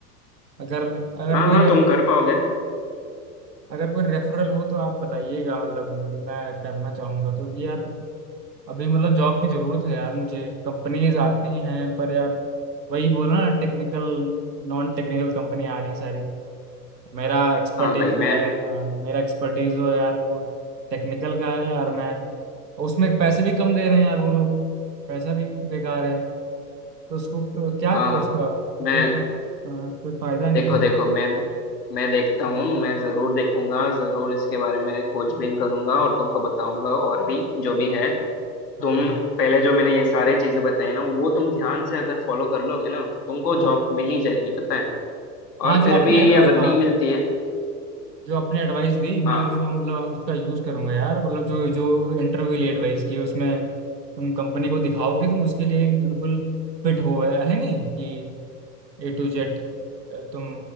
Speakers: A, on the right; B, on the left.
A: अगर अगर
B: हाँ
A: कोई
B: हाँ
A: रे,
B: तुम कर पाओगे
A: अगर कोई रेफरल हो तो आप बताइएगा मतलब मैं करना चाहूंगा तो कि यार अभी मतलब जॉब की जरूरत है यार मुझे कंपनीज आती हैं पर यार वही बोला ना टेक्निकल नॉन टेक्निकल कंपनी आ रही हैं सारी मेरा एक्सपर्टीज
B: हाँ भाई मैं
A: जो है अ, मेरा एक्सपर्टीज जो है यार वो टेक्निकल का है यार मैं उसमें पैसे भी कम दे रहे हैं यार वो लोग पैसा भी बेकार है तो उसको क- क्या
B: हाँ हाँ
A: उसका
B: मैं
A: कोई फा- अ, कोई फायदा नहीं
B: देखो
A: कर
B: देखो मैं मैं देखता हूँ मैं जरूर देखूंगा जरूर इसके बारे में खोजबीन करूंगा और तुमको बताऊंगा और भी जो भी है
A: हाँ
B: तुम पहले जो मैंने ये सारे चीजें बताई ना वो तुम ध्यान से अगर फॉलो कर लोगे ना तुमको
A: हाँ
B: जॉब मिल ही जाएगी बताएं
A: हाँ
B: और
A: जो
B: फिर
A: अपने
B: भी
A: एडवाइस
B: अगर नहीं
A: हाँ
B: मिलती है
A: जो अपने एडवाइस दी मैं
B: हाँ
A: उसको मतलब उसका यूज करूंगा यार मतलब जो जो इंटरव्यू लिए एडवाइस की उसमें तुम कंपनी को दिखाओ कि तुम उसके लिए बिल्कुल फिट हो है, है नहीं कि ए टू जेड तुम